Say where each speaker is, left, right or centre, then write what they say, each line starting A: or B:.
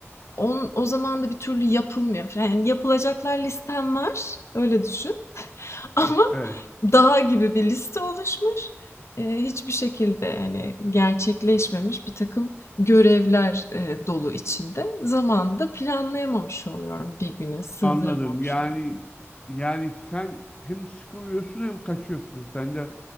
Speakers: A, on the left; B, on the left.
A: on o zaman da bir türlü yapılmıyor filan. Yani yapılacaklar listem var, öyle düşün <laughs> ama
B: evet.
A: dağ gibi bir liste oluşmuş. Eee, hiçbir şekilde, hani, gerçekleşmemiş bir takım görevler, eee, dolu içinde. Zamanı da planlayamamış oluyorum, bir güne sığdıramamış
B: Anladım. Yani
A: oluyorum.
B: yani sen hem sıkılıyorsun hem kaçıyorsun. Sende